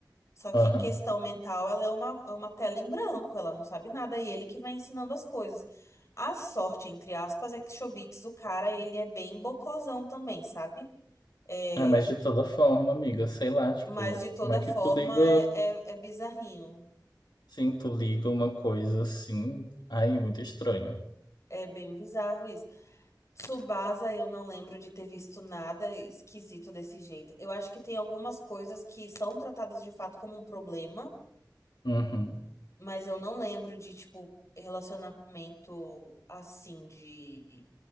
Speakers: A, on the left (about 40°); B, on the left (about 70°).
A: Só que
B: aham.
A: em questão mental, ela é uma, é uma tela em branco, ela não sabe nada, e ele que vai ensinando as coisas. A sorte, entre aspas, é que Chobits, o cara, ele é bem bocozão também, sabe? É,
B: É, mas de toda forma, amiga, sei lá, tipo,
A: Mas de toda
B: como é que
A: forma
B: tu liga,
A: é, é, é bizarrinho.
B: sim, tu liga uma coisa assim, aí é muito estranho.
A: É bem bizarro isso. Tsubasa, eu não lembro de ter visto nada esquisito desse jeito. Eu acho que tem algumas coisas que são tratadas de fato como um problema,
B: Uhum,
A: mas eu não lembro de, tipo, relacionamento assim, de